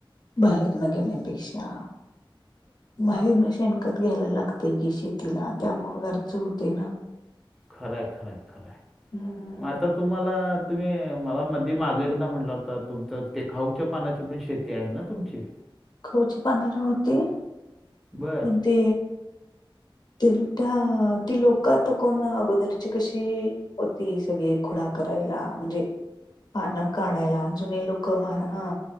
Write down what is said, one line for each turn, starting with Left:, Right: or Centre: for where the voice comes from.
Left: बाहेर न घेण्यापेक्षा बाहेर ना शेणकत घ्यायला लागतेय कि शेतीला त्यामुळं घरच उरते ना.
Centre: खरं खरे खरं
Left: हम्म.
Centre: मग आता तुम्हाला तुम्ही मला मध्ये माग एकदा म्हटला होता तुमच तेखाऊच्या पानाची पण शेती आहे ना तुमचे.
Left: खवची पानाची होती.
Centre: बर
Left: पण ते त्या ती लोकता कोण अगोदरची कशी होती सगळी खुडक करायला म्हणजे पानं काढायला जुने लोक ह